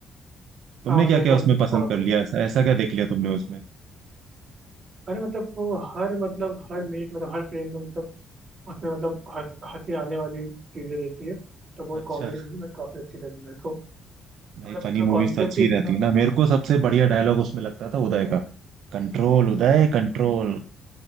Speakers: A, on the right; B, on the right.
A: तुमने
B: हाँ मतलब
A: क्या
B: एकदम
A: क्या उसमें पसंद
B: कॉमेडी
A: कर लिया ऐसा ऐसा क्या देख लिया तुमने उसमें
B: अरे मतलब वो हर मतलब हर मिनट मतलब हर फ्रेम में मतलब उसमें मतलब हंस हंसी आने वाली चीजें रहती है तो बहुत
A: अच्छा
B: कॉमेडी मूवी मैं काफी अच्छी लगी मेरे को मतलब
A: नहीं
B: उसका
A: फनी
B: कॉन्सेप्ट
A: मूवीज तो अच्छी
B: ही
A: ही
B: इतना
A: रहती है ना मेरे को सबसे बढ़िया डायलॉग उसमें लगता था उदय का Control Uday control